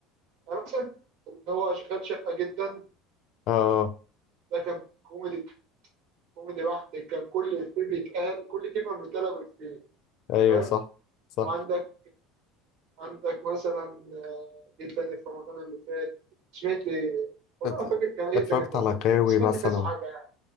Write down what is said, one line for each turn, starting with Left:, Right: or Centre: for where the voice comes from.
Right: يعني مثلا هو اشغال شقه جدا
Left: اه
Right: ده كان كوميدي كوميدي بحت كان كل إفيه بيتقال كل كلمة بتتقال من إفيه
Left: ايوه
Right: فاهم
Left: صح صح
Right: وعندك عندك مثلا آه، إيه تاني في رمضان اللي فات سمعت إيه؟ والله
Left: ات-
Right: ما فاكر كان إيه
Left: اتفرجت
Right: تاني في
Left: على
Right: رمضان اللي
Left: غاوي
Right: فات بس سمعت
Left: مثلا
Right: كذا حاجة يعني